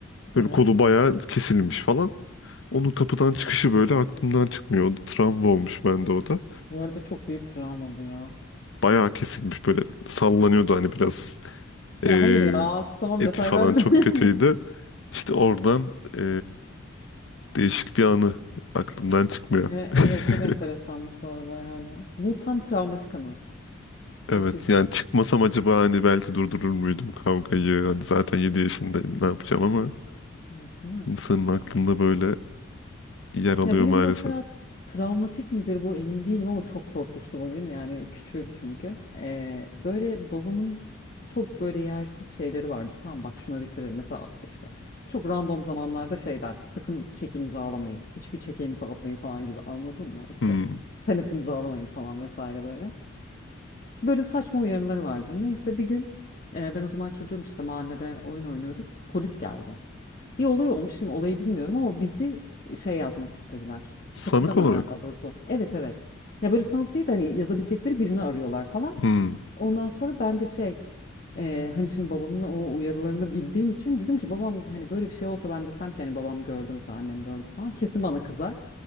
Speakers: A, on the left; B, on the left.
A: Evet.
B: Böyle kolu bayağı kesilmiş falan. Onun kapıdan çıkışı böyle aklımdan çıkmıyor. O da Travma olmuş bende o da.
A: Bu arada çok büyük travma bu ya.
B: Bayağı kesilmiş böyle sallanıyordu hani biraz
A: Ya
B: e,
A: hayır ya. Of, tamam
B: eti
A: detay
B: falan
A: verme.
B: çok
A: <laughs>
B: kötüydü. İşte oradan e, değişik bir anı aklımdan çıkmıyor.
A: E,
B: <laughs>
A: evet çok enteresanmış bu arada yani. Bu tam travmatik anı.
B: Evet
A: Müthiş.
B: yani çıkmasam acaba hani belki durdurur muydum kavgayı? Hani zaten 7 yaşındayım ne yapacağım ama
A: Evet değil mi?
B: insanın aklında böyle yer alıyor
A: Ya benim
B: maalesef.
A: mesela travmatik midir bu emin değilim ama çok korkmuştu bugün. Yani küçüğüm çünkü. E, böyle babamın çok böyle yersiz şeyleri vardı. Tamam bak şuna dikkat edin. Mesela işte çok random zamanlarda şey der. Sakın çek imzalamayın. Hiçbir çeke imza atmayın falan gibi anladın mı? İşte
B: Hmm.
A: senet imzalamayın falan vesaire böyle. Böyle saçma uyarıları vardır. Neyse bir gün e, ben o zaman çocuğum işte mahallede oyun oynuyoruz. Polis geldi. Bir olay olmuş şimdi olayı bilmiyorum ama bizi şey yazmak istediler.
B: Sanık
A: Hatırlamıyorum
B: olarak.
A: ya daha doğrusu. Evet evet. Ya böyle sanık değil de hani yazabilecekleri birini arıyorlar falan.
B: Hmm.
A: Ondan sonra ben de şey e, hani şimdi babamın o uyarılarını bildiğim için dedim ki babam hani böyle bir şey olsa ben desem ki hani babam gördü mesela annem gördü falan kesin bana kızar.